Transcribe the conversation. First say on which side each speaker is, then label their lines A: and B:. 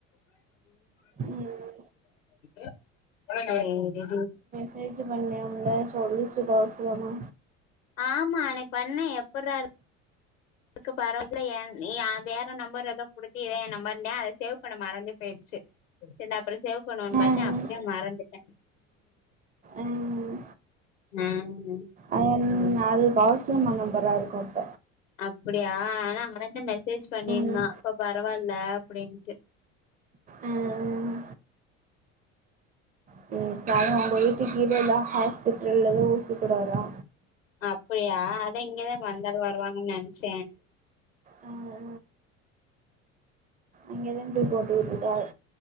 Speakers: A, on the right; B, on the left.
A: ம்
B: <unintelligible> <unintelligible> சேரி டி
A: சேஜ பண்ணியம்ல சொல்லு சுபா சொன்னா
B: ஆமா அன்னைக்கு பண்ண எப்பட்ரா இருக் இருக்கு பரவாயில்ல எ எ வேற நம்பர் ஏதோ குடுத்து என் நம்பர்னே அதை சேவ் பண்ண மறந்து போயிடுச்சு சரி நா அப்ரோ சேவ் போன் வந்தாச்சு
A: ம்
B: அப்டியே மறந்துட்ட
A: ம்
B: நானுந்தா
A: அதன்
B: சேரி
A: அது பாஸ் கியமா நம்பரா இருக்கு அப்ப
B: அப்படியா ஆனா அவந்தே மெசேஜ் பண்ணிருந்தா
A: ம்
B: இப்ப பரவால்ல அப்டின்ட்டு
A: ஆ ஆ சேரி ச அது உங்க வீட்டுக்கு கீழ உள்ள ஹாஸ்பிட்டல்ல தா ஊசி போட வர்ரா
B: அப்படியா அதா இங்கதா வந்தாலு வருவாங்கன்னு நென்ச்ச
A: அ அ அங்கதா போய் போட்டூட்டுட்டாக